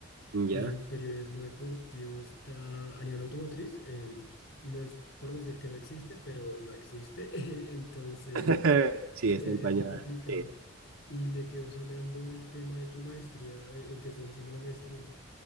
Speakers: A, on the right; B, on the left.
A: Ya,
B: el periodismo deportivo está a nivel automotriz. em, no es por decir que no existe, pero no existe. <laughs> Entonces,
A: <laughs> sí,
B: e- e-
A: está empañada.
B: es muy complicado.
A: Sí.
B: Y me quedó sonando el tema de tu maestría. e, ¿En qué estás haciendo la maestría?